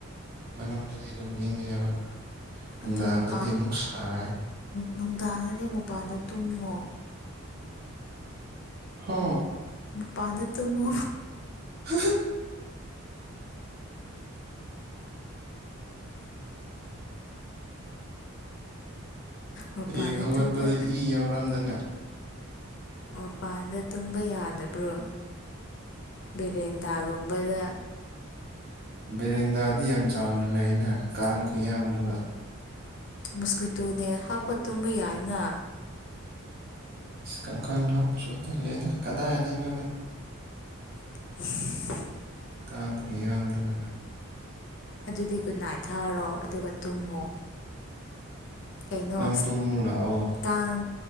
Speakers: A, on the right; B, on the left.
A: ꯃꯅꯨꯡꯗꯗꯤ ꯑꯗꯨꯝ ꯏꯪꯉꯦꯕ ꯅꯨꯡꯗꯥꯡꯗꯗꯤ
B: ꯑꯗꯨ ꯃꯄꯥꯟ
A: ꯑꯃꯨꯛ ꯁꯥꯏ
B: ꯅꯨꯡꯗꯥꯡꯗꯗꯤ ꯃꯄꯥꯟꯗ ꯇꯨꯝꯃꯣ
A: ꯍ
B: ꯄꯅ ꯇ ꯃ
A: ꯍ
B: ꯃꯄꯥꯟꯗ
A: ꯍꯌꯦꯡ ꯍꯧꯒꯠꯄꯗ
B: ꯇꯨꯝꯕ
A: ꯏ ꯌꯥꯎꯔꯝꯗꯅꯦ
B: ꯃꯄꯥꯟꯗ ꯇꯨꯝꯕ ꯌꯥꯗꯕ꯭ꯔꯣ ꯕꯦꯔꯦꯟꯗꯥꯒꯨꯝꯕꯗ
A: ꯕꯦꯔꯤꯟꯗꯥꯗꯤ ꯌꯥꯝ ꯆꯥꯎꯅ ꯂꯩꯅ ꯀꯥꯡ ꯈꯨꯌꯥꯗꯨ
B: ꯃꯣꯁꯀ꯭ꯋꯇꯣꯅꯦ ꯍꯥꯞꯄ ꯇꯨꯝꯕ ꯌꯥꯏꯅ
A: ꯀꯥꯡꯈꯜ ꯍꯥꯞꯄꯁꯨ ꯇꯜꯂꯦꯗ ꯀꯗꯥꯏꯗꯩꯅꯣꯗ
B: <inaudible>
A: ꯀꯥꯡꯈꯨꯏ ꯌꯥꯝꯗꯕꯅ
B: ꯑꯗꯨꯗꯤ ꯟ ꯅꯥꯏꯊꯥꯔꯣ ꯑꯗꯨꯒ ꯇꯨꯝꯃꯨ ꯀꯩꯅꯣ
A: ꯅꯪ ꯇꯨꯝꯃꯨ ꯂꯥꯛꯑꯣ
B: ꯇꯥꯡ